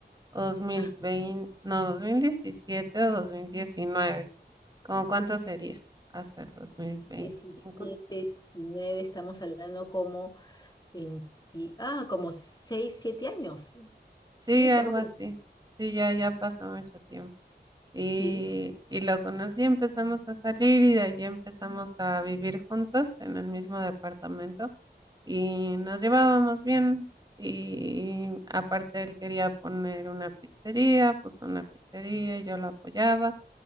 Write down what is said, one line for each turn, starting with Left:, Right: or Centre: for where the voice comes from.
Right: o 2020,
Left: Ah,
Right: no, 2017 o 2019. ¿Cómo cuánto sería? Hasta el 2025.
Left: 17, 19, estamos hablando como 20, ah, como 6, 7 años.
Right: Sí,
Left: Sí, estamos
Right: algo
Left: 20,
Right: así. Sí, ya, ya pasó mucho tiempo. Y,
Left: sí. sí,
Right: y lo conocí, empezamos a salir y de allí empezamos a vivir juntos en el mismo departamento y nos llevábamos bien. Y aparte él quería poner una pizzería, puso una pizzería y yo lo apoyaba.